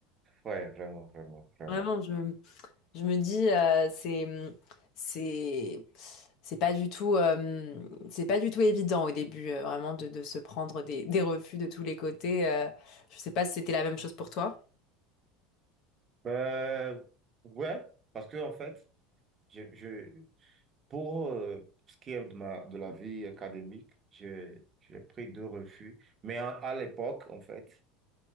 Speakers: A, on the right; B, on the left.
A: ouais, vraiment, vraiment,
B: <laughs>
A: vraiment.
B: Vraiment, je, je me dis, euh, c'est, c'est, C'est pas du tout, euh, c'est pas du tout évident au début, euh, vraiment, de, de se prendre des, des refus de tous les côtés. euh. je sais pas si c'était la même chose pour toi.
A: Euh, ouais, parce que en fait, je, je, pour euh, ce qui est de ma, de la vie académique, je, j'ai pris deux refus. Mais à, à l'époque, en fait,